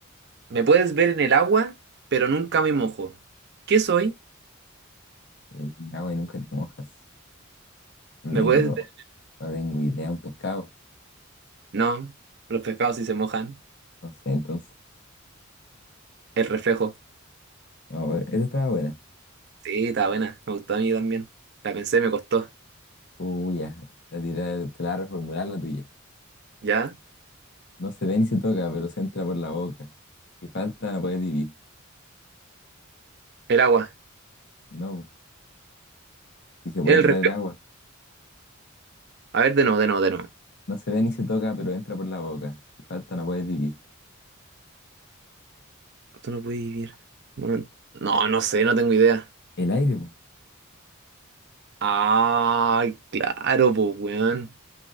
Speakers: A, on the right; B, on the left.
A: Me puedes ver en el agua, pero nunca me mojo. ¿Qué soy?
B: Eh, agua y nunca te mojas. No
A: ¿Me
B: tengo,
A: puedes ver?
B: no tengo idea. Un pescado.
A: No, los pescados sí se mojan.
B: No sé, entonces.
A: El reflejo.
B: No, esa estaba buena.
A: Sí, está buena. Me gustó a mí también. La pensé, me costó.
B: Uy, ya. La tirar, te la voy a reformular la tuya.
A: ¿Ya?
B: No se ve ni se toca, pero se entra por la boca. Si falta, no puede vivir.
A: El agua.
B: No, si se puede
A: El
B: tocar
A: reflejo.
B: el agua.
A: A ver, de nuevo, de nuevo, de nuevo.
B: No se ve ni se toca, pero entra por la boca. Si falta, no puede vivir.
A: Tú no puedes vivir. No, no, no sé, no tengo idea.
B: El aire, pues.
A: Ay, claro, pues, weón.